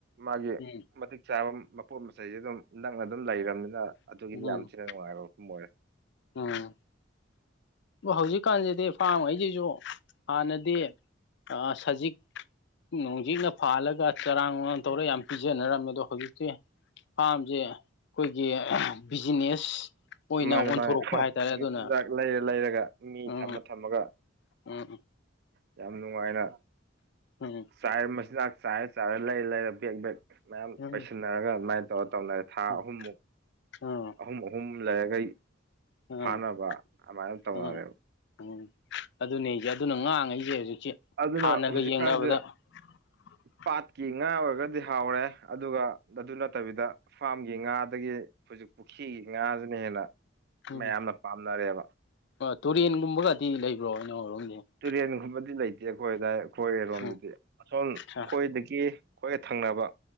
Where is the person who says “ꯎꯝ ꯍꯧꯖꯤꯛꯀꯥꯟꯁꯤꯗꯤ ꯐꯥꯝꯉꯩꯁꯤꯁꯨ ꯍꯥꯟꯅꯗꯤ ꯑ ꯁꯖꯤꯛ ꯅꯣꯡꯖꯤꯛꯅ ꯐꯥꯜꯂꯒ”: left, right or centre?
Left